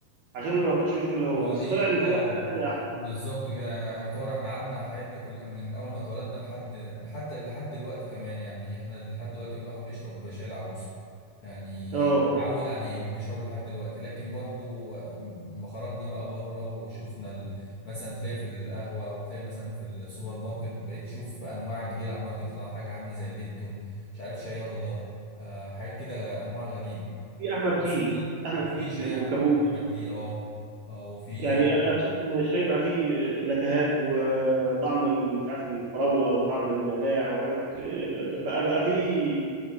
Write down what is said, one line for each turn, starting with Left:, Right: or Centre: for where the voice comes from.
Right: عشان ما كنتش بشوف اللي هو
Left: ما
Right: بس
Left: هو دي
Right: طلع ان في
Left: اه
Right: بقى حاجات تانية احلى
Left: بالظبط كده يعني يعتبر احنا قعدنا حياتنا كل من اول ما اتولدنا لحد لحد لحد دلوقتي كمان يعني احنا لحد دلوقتي الواحد بيشرب شاي العروسه يعني
Right: اه
Left: آه، متعود عليه وبيشربه لحد دلوقتي لكن برضو آه، ما خرجنا بقى بره وشفنا ال... مثلا تلاقي في القهوه او تلاقي مثلا في السوبر ماركت بقيت تشوف انواع جديده عماله تطلع حاجه عامله زي الليبتون مش عارف شاي اخضر آه، حاجات كده انواع غريبه
Right: في احمد
Left: بس
Right: تي
Left: في
Right: احمد
Left: وفي
Right: تي
Left: شاي
Right: والكابوس
Left: أح- احمد تي اه آه، وفي
Right: يعني أ- اكتشفت ان الشاي بقى فيه نكهات وطعم ال- مش عارف الفراوله وطعم النعناع وحاجات بقى بقى فيه